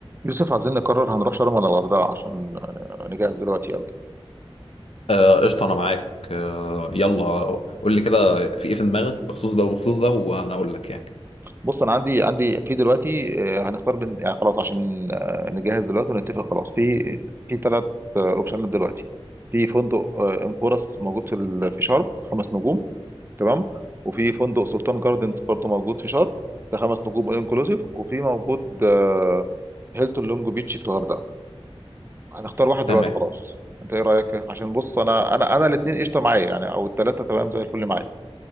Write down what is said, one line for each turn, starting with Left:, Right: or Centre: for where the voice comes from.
Right: يوسف عايزين نقرر هنروح شرم ولا الغردقة عشان نجهز دلوقتي يلا
Left: آه، قشطة أنا معاك آه، يلا قول لي كده في إيه في دماغك بخصوص ده وبخصوص ده وأنا أقول لك يعني
Right: بص انا عندي عندي في دلوقتي آه، هنختار بين يعني خلاص عشان آه، نجهز دلوقتي ونتفق خلاص في في ثلاث اوبشنات دلوقتي في فندق آه، انفورس موجود في ال- في شرم خمس نجوم تمام وفي فندق سلطان جاردنز برضو موجود في شرم ده خمس نجوم انكلوزيف وفي موجود آه، هيلتون لونج بيتش في الغردقه هنختار واحد دلوقتي
Left: تمام
Right: خلاص انت ايه رايك عشان بص انا انا انا الاثنين قشطه معايا يعني او الثلاثه تمام زي الفل معايا